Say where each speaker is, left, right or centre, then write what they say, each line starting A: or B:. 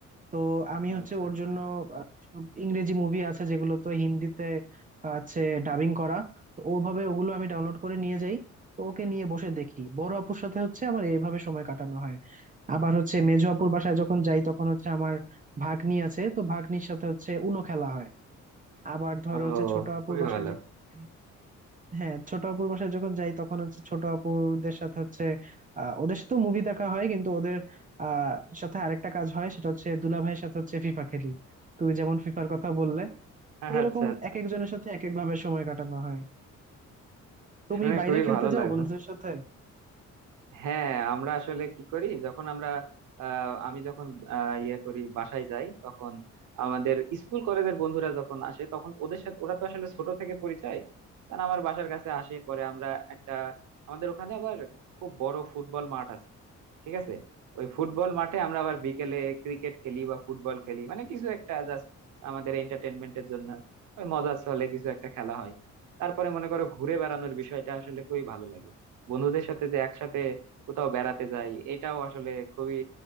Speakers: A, on the right (about 25°); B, on the right (about 80°).
A: তো আমি হচ্ছে
B: আচ্ছা
A: ওর
B: আচ্ছা
A: জন্য আহ, সব ইংরেজি মুভি আছে যেগুলো তো হিন্দিতে আছে ডাবিং করা তো ওভাবে ওগুলো আমি ডাউনলোড করে নিয়ে যাই তো ওকে নিয়ে বসে দেখি বড় আপুর সাথে হচ্ছে আমার এইভাবে সময় কাটানো হয় আবার হচ্ছে মেজো আপুর বাসায় যখন যাই তখন হচ্ছে আমার ভাগ্নি আছে তো ভাগ্নির সাথে হচ্ছে উনো খেলা হয় আবার ধরো
B: ও
A: হচ্ছে ছোট আপুর
B: খুবই
A: বাসায়
B: ভালো
A: যখন যাই- হ্যাঁ ছোট আপুর বাসায় যখন যাই তখন হচ্ছে ছোট আপুদের সাথে হচ্ছে আহ, ওদের সাথে মুভি দেখা হয় কিন্তু ওদের আহ সাথে আরেকটা কাজ হয় সেটা হচ্ছে দুলাভাইয়ের সাথে হচ্ছে ফিফা খেলি তুমি যেমন ফিফার কথা বললে তো এরকম
B: আচ্ছা আচ্ছা
A: এক একজনের সাথে এক এক ভাবে সময় কাটানো হয় তুমি
B: শুনে
A: বাইরে
B: খুবই
A: খেলতে
B: ভালো
A: যাও
B: লাগলো
A: বন্ধুদের সাথে
B: হ্যাঁ আমরা আসলে কি করি যখন আমরা আহ, আমি যখন আহ, ইয়ে করি বাসায় যাই তখন আমাদের স্কুল কলেজের বন্ধুরা যখন আসে তখন ওদের সাথে ওরা তো আসলে ছোট থেকে পরিচয় তারা আমার বাসার কাছে আসে পরে আমরা একটা আমাদের ওখানে আবার খুব বড় ফুটবল মাঠ আছে ঠিক আছে ওই ফুটবল মাঠে আমরা আবার বিকেলে ক্রিকেট খেলি বা ফুটবল খেলি মানে কিছু একটা জাস্ট আমাদের এন্টারটেনমেন্টের জন্য ওই মজার চলে কিছু একটা খেলা হয় তারপরে মনে করো ঘুরে বেড়ানোর বিষয়টা আসলে খুবই ভালো লাগে বন্ধুদের সাথে যে একসাথে কোথাও বেড়াতে যাই এটাও আসলে খুবই